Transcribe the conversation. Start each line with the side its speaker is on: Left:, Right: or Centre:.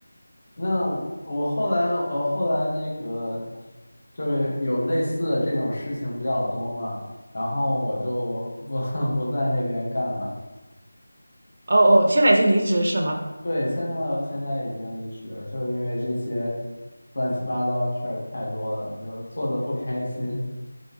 Left: 那我后来，我后来那个，就是有类似的这种事情比较多嘛，然后我就不 <laughs> 不在那边干了。
Right: 哦哦，现在已经离职是吗？
Left: 对，现在现在已经离职了，就是因为这些乱七八糟的事儿太多了，就是做的不开心。